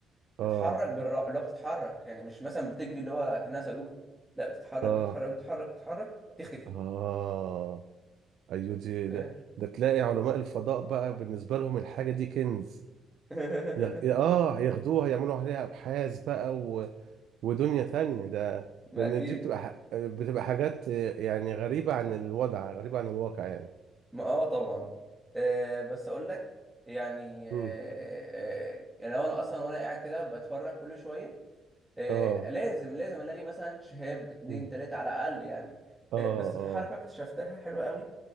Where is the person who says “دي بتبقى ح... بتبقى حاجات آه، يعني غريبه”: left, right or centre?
Right